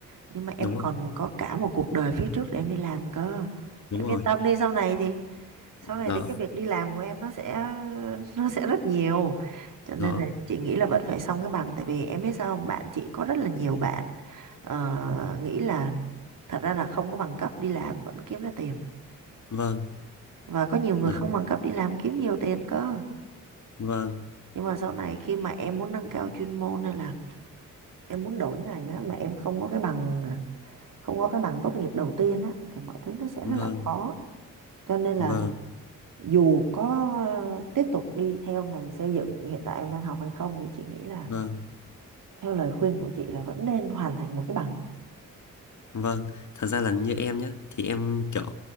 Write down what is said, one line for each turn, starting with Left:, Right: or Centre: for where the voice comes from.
Right: Nhưng mà em
Left: đúng rồi,
Right: còn có cả một cuộc đời phía trước để em đi làm cơ.
Left: đúng
Right: Em
Left: rồi.
Right: yên tâm đi, sau này thì sau
Left: Đó,
Right: này thì cái việc đi làm của em nó sẽ nó sẽ rất nhiều. Cho nên
Left: đó.
Right: là chị nghĩ là vẫn phải xong cái bằng tại vì em biết sao không? Bạn chị có rất là nhiều bạn ờ, nghĩ là thật ra là không có bằng cấp đi làm vẫn kiếm ra tiền
Left: Vâng,
Right: Và có nhiều người
Left: đó.
Right: không bằng cấp đi làm kiếm nhiều tiền cơ.
Left: Vâng,
Right: Nhưng mà sau này khi mà em muốn nâng cao chuyên môn hay là em muốn đổi ngành á mà em không có cái bằng à, không có cái bằng tốt nghiệp đầu tiên á thì mọi thứ nó sẽ
Left: vâng,
Right: rất là khó. Cho nên là
Left: vâng,
Right: dù có ờ, tiếp tục đi theo ngành xây dựng hiện tại em đang học hay không thì chị nghĩ là
Left: vâng,
Right: theo lời khuyên của chị là vẫn nên hoàn thành một cái bằng.
Left: vâng. Thật ra là như em nhá thì em kiểu